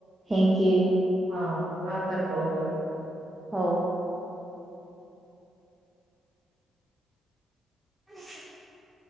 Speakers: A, on the right; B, on the right.
A: थँक यू...
B: हा नंतर करतो
A: हो.... <unintelligible>